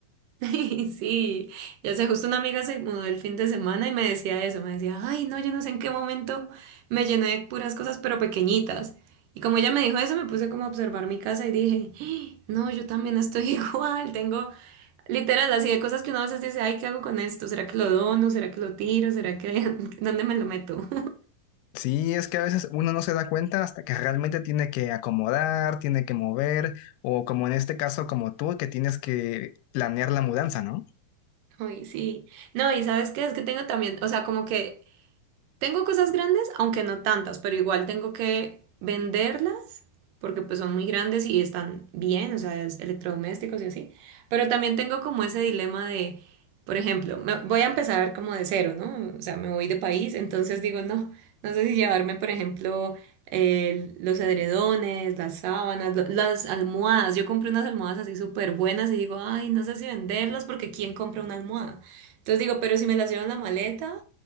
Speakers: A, on the right; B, on the left.
A: <laughs> Sí, ya sé, justo una amiga se mudó el fin de semana y me decía eso, me decía, ay, no, yo no sé en qué momento me llené de puras cosas, pero pequeñitas. Y como ella me dijo eso, me puse como a observar mi casa y dije, "Ah, no, yo también estoy <laughs> igual, tengo literal así de cosas que uno a veces dice, ay, ¿qué hago con esto? ¿Será que lo dono? ¿Será que lo tiro? ¿Será que <laughs> dónde me lo meto?
B: Sí, es que a veces uno no se da cuenta hasta que realmente tiene que acomodar, tiene que mover, o como en este caso, como tú, que tienes que planear la mudanza, ¿no?
A: <laughs> Ay, sí. No, y sabes qué, es que tengo también, o sea, como que Tengo cosas grandes, aunque no tantas, pero igual tengo que venderlas porque pues son muy grandes y están bien, o sea, es electrodomésticos y así. Pero también tengo como ese dilema de, por ejemplo, me- voy a empezar como de cero, ¿no? O sea, me voy de país, entonces digo, no, no sé si llevarme, por ejemplo, el- los edredones, las sábanas, lo- las almohadas. Yo compré unas almohadas así súper buenas y digo, ay, no sé si venderlas porque ¿quién compra una almohada? Entonces digo, pero si me las llevo en la maleta